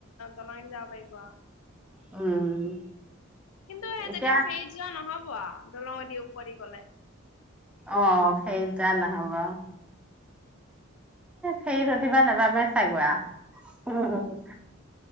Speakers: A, on the left; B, in the centre.
A: দলঙ যাব পাৰিব
B: উম
A: কিন্তু সয়া
B: এতিয়া
A: তেতিয়া ফেই যোৱা নহব দলঙ দি ওি গলে
B: অ সেই যা নহবা ফেই ৰধিবা নবা প চাগুৱোৱা উম উ